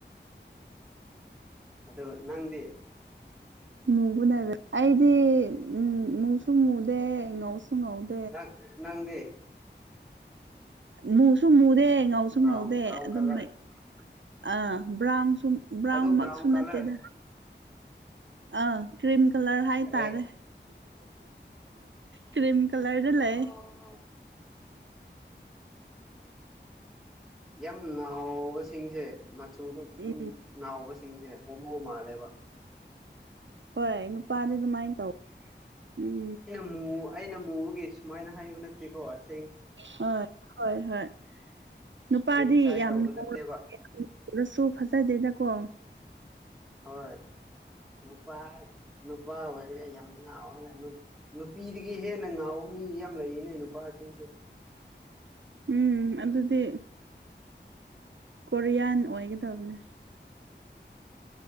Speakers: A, in the centre; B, on the right.
A: ꯑꯗꯨꯒ ꯅꯪꯗꯤ꯫
B: ꯃꯨꯕꯅꯔ ꯑꯩꯗꯤ ꯎꯝ ꯃꯨꯁꯨ ꯉꯨꯗꯦ ꯉꯧꯁꯨ ꯉꯧꯗꯦ꯫
A: ꯅ ꯅꯪꯗꯤ꯫
B: ꯃꯨꯁꯨ ꯃꯨꯗꯦ ꯉꯧꯁꯨ
A: ꯕ꯭ꯔꯥꯎꯟ
B: ꯉꯧꯗꯦ
A: ꯕ꯭ꯔꯥꯎꯟ
B: ꯑꯗꯨꯝ
A: ꯀꯂꯔ
B: ꯑꯩ ꯑ ꯕ꯭ꯔꯥꯎꯟꯁꯨ ꯕ꯭ꯔꯥꯎꯟꯃꯛꯁꯨ
A: ꯑꯗꯨ ꯕ꯭ꯔꯥꯎꯟ ꯀꯂꯔ
B: ꯅꯠꯇꯦꯗ꯫ ꯑꯥ ꯀ꯭ꯔꯤꯝ ꯀꯂꯔ ꯍꯥꯏꯇꯥꯔꯦ꯫
A: ꯔꯦꯠ
B: ꯀ꯭ꯔꯤꯝ ꯀꯂꯔꯗ
A: ꯑꯣ
B: ꯂꯩ꯫
A: ꯌꯥꯝ ꯉꯥꯎꯕꯁꯤꯡꯁꯦ ꯃꯆꯨꯗꯣ ꯌꯥꯝ
B: ꯎꯝ
A: ꯉꯥꯎꯕꯁꯤꯡꯁꯦ ꯍꯣꯃꯣ ꯃꯥꯜꯂꯦꯕ꯫
B: ꯍꯣꯏ ꯅꯨꯄꯥꯗꯤ ꯑꯗꯨꯃꯥꯏꯅ ꯇꯧ ꯎꯝ꯫
A: ꯨꯎꯝ ꯑꯩꯅ ꯃꯨꯕꯒꯤ ꯁꯨꯃꯥꯏꯅ ꯍꯥꯏꯕ ꯅꯠꯇꯦꯀꯣ ꯑꯁ꯫
B: ꯍꯣꯏ ꯍꯣꯏ ꯍꯣꯏ ꯅꯨꯄꯥꯗꯤ
A: ꯀ꯭ꯔꯤꯇꯤꯁꯥꯏꯁ
B: ꯌꯥꯝ
A: ꯇꯧꯕ
B: ꯉꯥꯎꯔꯁꯨ
A: ꯅꯠꯇꯦꯕ
B: ꯑꯗꯨꯁꯨ ꯐꯖꯗꯦꯗꯀꯣ꯫
A: ꯍꯣꯏ ꯅꯨꯄꯥ ꯅꯨꯄꯥ ꯑꯣꯏꯔꯒ ꯌꯥꯝ ꯉꯥꯎꯔꯒ ꯅꯨꯄꯤꯗꯒꯤ ꯍꯦꯟꯅ ꯉꯥꯎꯕ ꯃꯤ ꯌꯥꯝ ꯂꯩꯔꯤꯅꯦ ꯅꯨꯄꯥꯁꯤꯡꯁꯦ꯫
B: ꯎꯝ ꯑꯗꯨꯗꯤ꯫ ꯀꯣꯔꯤꯌꯥꯟ ꯑꯣꯏꯒꯗꯕꯅꯦ꯫